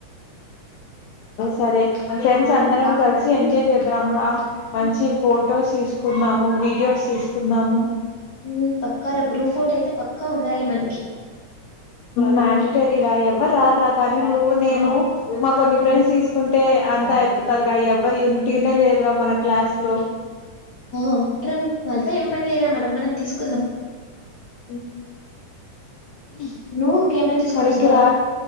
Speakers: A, on the left (about 80°); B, on the left (about 55°).
A: సరే ఫ్రెండ్స్ అందరం కలిసి ఎంజాయ్ చేద్దం రా మంచి ఫొటోస్ తీసుకుందాము వీడియోస్ తీసుకుందాము
B: హ్మ్ ప కర గ్రూప్ ఫోటో అయితే పక్కా ఉండాలి మనకి
A: మ్యాండటరీరా ఎవర్రార్రా కానీ నువ్వు నేను మా కొన్ని
B: హ్మ్.
A: ఫ్రెండ్స్ తీసుకుంటే అంత దరా ఎవ్వరు యూనిటినే లేదురా మన క్లాస్ లో
B: అవున్రా వాళ్ళతో ఏం పని లేదా మనం మనం తీసుకుందాం
A: ఉహ్
B: నువ్వు కెమెరా తీసుకొనొస్తావా?
A: నాదగ్గరా